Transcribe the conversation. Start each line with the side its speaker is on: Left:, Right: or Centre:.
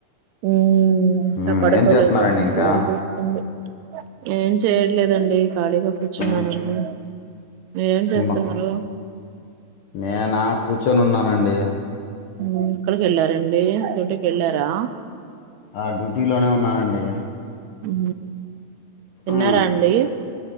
Right: ఉమ్, ఇంకా
Left: ఉ
Right: పడుకోలేదు
Left: ఏం చేస్తున్నారండి ఇంకా
Right: అల్లరి చేస్తుంది ఏం చేయట్లేదండి ఖాళీగా కుచ్చున్నానండి
Left: మ్మ్
Right: ఏం చేస్తున్నారు
Left: ఏమో నేనా కూర్చొని ఉన్నానండి
Right: ఉ ఎక్కడికి వెళ్ళారండి ఇంటికి ఎళ్ళారా
Left: ఆ డ్యూటీలోనే ఉన్నానండి
Right: ఉ తిన్నారా
Left: మ్మ్
Right: అండి <inaudible>